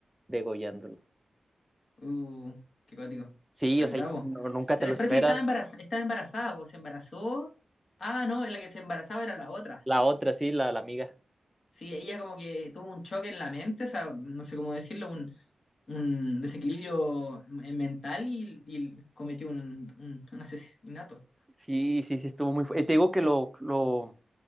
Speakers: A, in the centre; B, on the left (about 60°).
A: degollándolo.
B: Uh, qué cuático.
A: Sí,
B: ¿Verdad,
A: o sea,
B: vos?
A: no- nunca
B: Se-
A: te lo esperas.
B: Parece que estaba embarazada, estaba embarazada, vos, se embarazó. Ah, no, la que se embarazaba era la otra.
A: La otra, sí, la, la amiga.
B: Sí, ella como que tuvo un choque en la mente, o sea, no sé cómo decirlo, un, un desequilibrio m- mental y, y cometió un, un- un asesinato.
A: Sí, sí, sí, estuvo muy fuerte. Te digo que lo, lo,